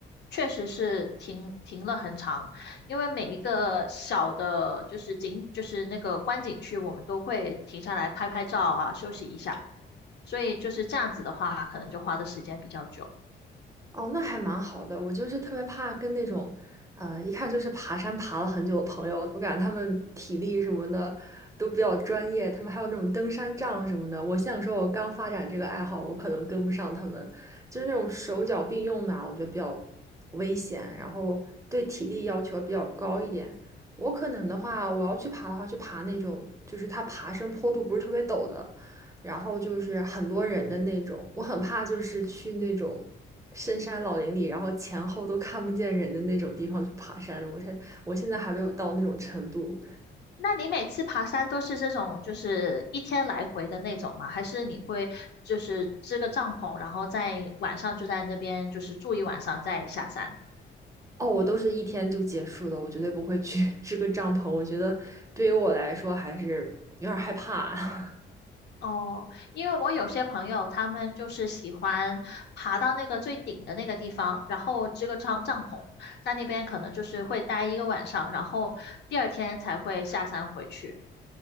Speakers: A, on the left; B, on the right.
A: 确实是停停了很长，因为每一个小的，就是景，就是那个观景区，我们都会停下来拍拍照啊，休息一下，所以就是这样子的话，可能就花的时间比较久。
B: 哦，那还蛮好的。我就是特别怕跟那种，呃，一看就是爬山爬了很久的朋友，我感觉他们体力什么的都比较专业，他们还有那种登山杖什么的。我想说，我刚发展这个爱好，我可能跟不上他们，就是那种手脚并用的啊我觉得比较危险，然后对体力要求比较高一点。我可能的话，我要去爬的话，去爬那种就是它爬升坡度不是特别陡的，然后就是很多人的那种，我很怕就是去那种深山老林里，然后前后都看不见人的那种地方去爬山。我才，我现在还没有到那种程度。
A: 那你每次爬山都是这种，就是一天来回的那种吗？还是你会就是支个帐篷，然后在晚上就在那边就是住一晚上再下山？
B: 哦，我都是一天就结束的，我绝对不会去 <laughs> 支个帐篷。我觉得对于我来说还是有点害怕。
A: 哦，因为我有些朋友他们就是喜欢爬到那个最顶的那个地方，然后支个帐帐篷，在那边可能就是会待一个晚上，然后第二天才会下山回去。